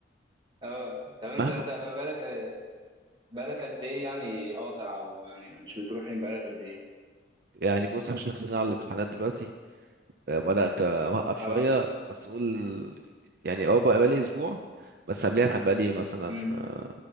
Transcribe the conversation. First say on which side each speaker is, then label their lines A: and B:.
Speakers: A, on the right; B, on the right.
A: اه طب انت
B: مهما
A: انت بالك بقالك قد ايه يعني قاطع او يعني مش بتروح يعني بقالك قد ايه
B: يعني بص عشان داخلين على الامتحانات دلوقتي آه، بدأت اوقف
A: اه
B: شوية بس اقول يعني اه بقى بقالي اسبوع بس قبلها كان بقالي مثلا
A: امم
B: آه،